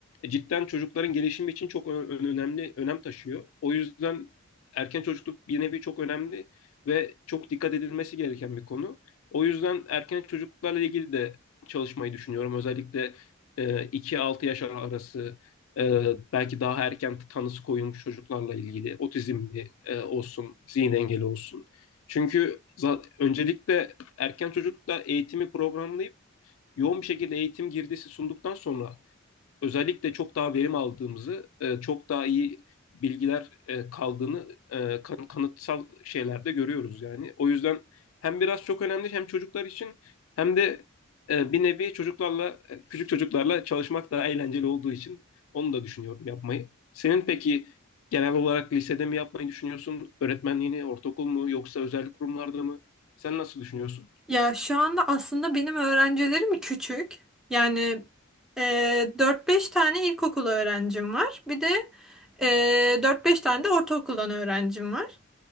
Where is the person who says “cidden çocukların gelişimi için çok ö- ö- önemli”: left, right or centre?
Left